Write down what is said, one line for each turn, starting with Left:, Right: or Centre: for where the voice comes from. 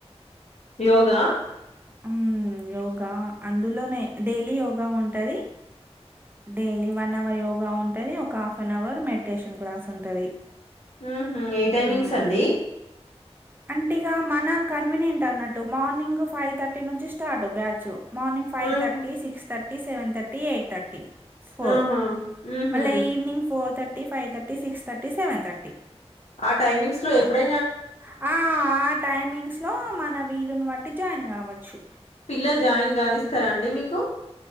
Left: యోగా
Right: అం యోగా అందులోనే డైలీ యోగా ఉంటది డైలీ వన్ అవర్ యోగా ఉంటంది ఒక half an hour meditation class ఉంటది
Left: ఉహు ఏ టైమింగ్స్
Right: హ్మ్
Left: అండి
Right: అంటే ఇగ మన కన్వీనియంట్ అన్నట్టు మార్నింగ్ ఫైవ్ థర్టీ నుంచి స్టార్ట్ బ్యాచ్ మార్నింగ్ five thirty
Left: ఊహూ
Right: six thirty seven thirty eight thirty four
Left: ఆహా ఊహూ
Right: మళ్ళ evening four thirty five thirty six thirty seven thirty
Left: ఆ టైమింగ్స్ లో ఎప్పుడై
Right: ఆ ఆ టైమింగ్స్ లో మన వీలుని బట్టి జాయిన్ కావచ్చు
Left: పిల్లలు జాయిన్ గానిస్తారా అండి మీకు